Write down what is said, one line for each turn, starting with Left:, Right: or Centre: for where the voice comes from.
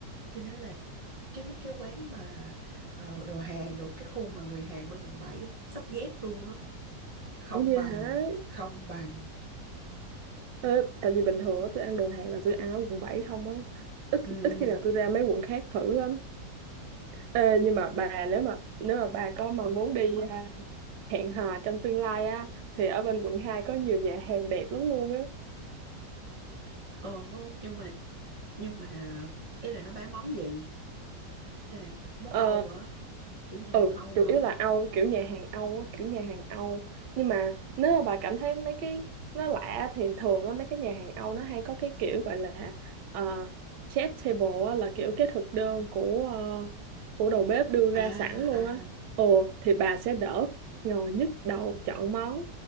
Left: cho nên là cái mấy cái quán mà ờ, đồ hàng đồ cái khu mà người Hàn bên quận 7 á xách dép luôn á không
Right: Ủa vậy
Left: bằng
Right: hả?
Left: không bằng
Right: Ờ, tại vì bình thường á tôi ăn đồ Hàn là tôi ăn ở quận 7 không á. Ít
Left: ừ ừ.
Right: ít khi nào tôi ra mấy quận khác thử lắm. Ờ, nhưng mà bà nếu mà nếu mà bà có mà muốn đi à, hẹn hò trong tương lai á thì ở bên quận 2 có nhiều nhà hàng đẹp lắm luôn
Left: ồ nhưng mà nhưng mà ý là nó bán món gì hay là món
Right: Ờ,
Left: Âu hả kiểu nhà
Right: ừ,
Left: hàng Âu
Right: chủ
Left: hả
Right: yếu là Âu, kiểu nhà hàng Âu, á, kiểu nhà hàng Âu. Nhưng mà nếu mà bà cảm thấy mấy cái nó lạ thì thường á, mấy cái nhà hàng Âu nó hay có cái kiểu gọi là ờ, chef table á, là kiểu cái thực đơn của ờ, của đầu bếp đưa ra
Left: à
Right: sẵn luôn
Left: à
Right: á. Ồ, thì bà sẽ đỡ ngồi nhức đầu chọn món.